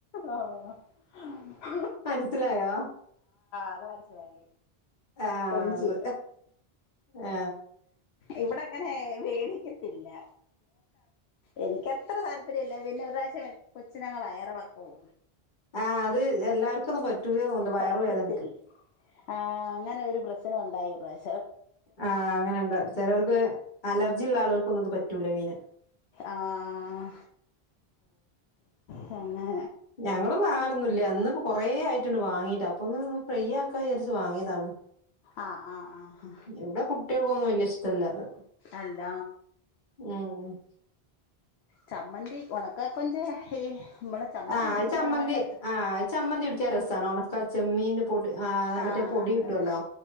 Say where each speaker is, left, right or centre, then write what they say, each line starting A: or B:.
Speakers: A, on the left; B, on the left.
A: ആ <unintelligible>
B: മനസ്സിലായോ
A: അത് മനസിലായി
B: ആ
A: കൊഞ്ച്
B: അത് ആ
A: ഇവിടെ അങ്ങനെ <unintelligible> ത്തില്ല എനിക്ക് അത്ര താല്പര്യമില്ല പിന്നെ ഒരു പ്രാവശ്യം കൊച്ചിനങ്ങ് വയറിളക്കോം
B: ആ അത് എല്ലാവർക്കും ഒന്നും പറ്റൂല തോന്നുന്നുണ്ട് വയറുവേദനക്ക്
A: പറ്റത്തിൽ ആ അങ്ങനെ ഒരു പ്രശ്നമുണ്ട്. <unintelligible>
B: ആഹ് അങ്ങനുണ്ട് ചിലവർക്ക് അലർജി ഉള്ള ആളുകൾക്ക് ഒന്നും ഇത് പ കിട്ടൂല്ലേ മീന്
A: ആഹ് പിന്നെ
B: ഞങ്ങളും വാങ്ങലൊന്നുമില്ല അന്ന് കൊറേ ആയിട്ടുണ്ട് വാങ്ങീട്ട് അപ്പൊ ഒന്ന് ഫ്രൈ ആക്കാന്ന് വിചാരിച്ചു വാങ്ങിയതാണ്.
A: ആഹ് ആഹ് ആഹ്
B: ഇവിടെ കുട്ടികൾക്കൊന്നും വലിയ ഇഷ്ടല്ല അത്
A: അല്ല
B: ഉം
A: ചമ്മന്തി ഉണക്ക കൊഞ്ച് ഈ നമ്മള് ചമ്മന്തി
B: ആഹ്
A: പൊടിക്കുമ്പോ
B: ചമ്മന്തി
A: അതിനകത്തൊക്കെ
B: ആഹ് ചമ്മന്തി ഇടിക്കാൻ രസാണോ ഒണ ക്കചെമ്മീന്റെ പൊടി ആ
A: ആഹ്
B: മറ്റേ പൊടി
A: അതാണ്
B: കിട്ടുവല്ലോ